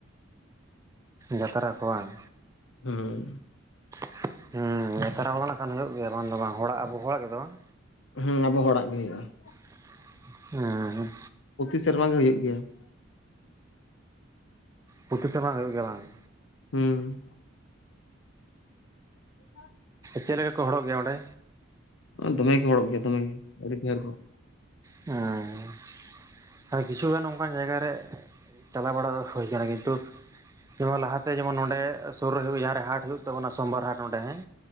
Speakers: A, on the right (about 15°); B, on the left (about 70°).
A: ᱡᱟᱛᱨᱟ ᱠᱚ ᱵᱟᱝ?
B: ᱦᱩᱸ,
A: <inaudible> ᱦᱩᱸ ᱱᱮᱛᱟᱨ ᱟᱢᱚᱞ ᱞᱮᱠᱷᱟᱱ ᱦᱩᱭᱩᱜ ᱜᱮᱭᱟ ᱵᱟᱝ ᱫᱚ ᱵᱟᱝ ᱦᱚᱲᱟᱜ ᱟᱵᱚ ᱦᱚᱲᱟᱜ ᱜᱮᱫᱚ ᱵᱟᱝ?
B: ᱦᱩᱸ ᱟᱵᱚ ᱦᱚᱲᱟᱜ ᱜᱮ ᱦᱩᱭᱩᱜᱼᱟ ᱾
A: <inaudible> ᱦᱩᱸ
B: ᱯᱨᱚᱛᱤ ᱥᱮᱨᱢᱟ ᱜᱮ ᱦᱩᱭᱩᱜ ᱜᱮᱭᱟ ᱾
A: ᱯᱨᱟᱛᱤ ᱥᱮᱨᱢᱟ ᱜᱮ ᱦᱩᱭᱩᱜ ᱜᱮᱭᱟ ᱵᱟᱝ?
B: ᱦᱩᱸ᱾ <inaudible>
A: ᱪᱮᱜ ᱞᱮᱠᱟ ᱠᱚ ᱦᱚᱲᱚᱜ ᱜᱮᱭᱟ ᱚᱸᱰᱮ?
B: ᱫᱚᱢᱮ ᱠᱚ ᱦᱚᱲᱚᱜ ᱜᱮᱭᱟ ᱫᱚᱢᱮ ᱜᱮ ᱟᱹᱰᱤ ᱰᱷᱮᱨ ᱜᱚ ᱾
A: ᱦᱮᱸ ᱟᱨ ᱠᱤᱪᱷᱩᱜᱟᱱ ᱚᱱᱠᱟᱱ ᱡᱟᱭᱜᱟ ᱨᱮ ᱪᱟᱞᱟᱣ ᱵᱟᱲᱟ ᱫᱚ ᱦᱳᱭ ᱠᱟᱱᱟ ᱠᱤᱱᱛᱩ ᱱᱟᱣᱟ ᱞᱟᱦᱟᱛᱮ ᱡᱮᱢᱚᱱ ᱱᱚᱸᱰᱮ ᱥᱩᱨ ᱨᱮ ᱦᱩᱭᱩᱜ ᱡᱟᱦᱟᱸ ᱨᱮ ᱦᱟᱴ ᱦᱩᱭᱩᱜ ᱛᱟᱵᱚ ᱥᱳᱢᱵᱟᱨ ᱦᱟᱴ ᱱᱚᱰᱮ ᱦᱮᱸ